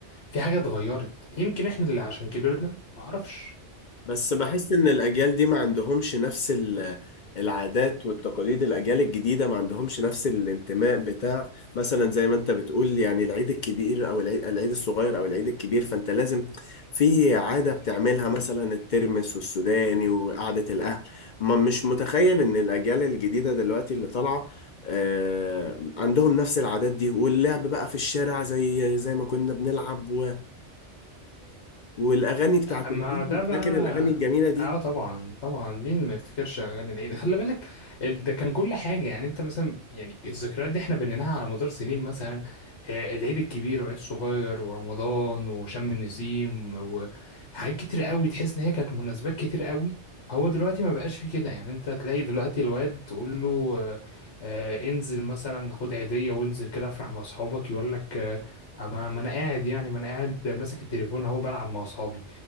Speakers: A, on the left; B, on the left.
A: في حاجة اتغيرت يمكن احنا اللي عشان كبرنا ما اعرفش
B: بس بحس ان الاجيال دي ما عندهمش نفس ال- العادات والتقاليد الاجيال الجديده ما عندهمش نفس الانتماء بتاع مثلا زي ما انت بتقول يعني العيد الكبير او العيد العيد الصغير او العيد الكبير فانت لازم في عاده بتعملها مثلا الترمس والسوداني وقعده الاهل ما مش متخيل ان الاجيال الجديده دلوقتي اللي طالعه آه، عندهم نفس العادات دي واللعب بقى في الشارع زي زي ما كنا بنلعب و... والاغاني بتاعت
A: ما
B: العيد
A: ده بقى
B: فاكر الاغاني الجميله دي
A: اه طبعا طبعا مين ما يفتكرش اغاني العيد خلي بالك ال- ده كان كل حاجه يعني انت مثلا يعني الذكريات دي احنا بنيناها على مدار سنين مثلا آه، العيد الكبير والعيد الصغير ورمضان وشم النسيم وحاجات كتير قوي تحس ان هي كانت مناسبات كتير قوي هو دلوقتي ما بقاش في كده يعني انت تلاقي دلوقتي الواد تقول له آه، آه، انزل مثلا خد عيديه وانزل كده افرح مع اصحابك يقول لك آه، ما ما انا قاعد يعني ما انا قاعد ماسك التليفون اهو بلعب مع اصحابي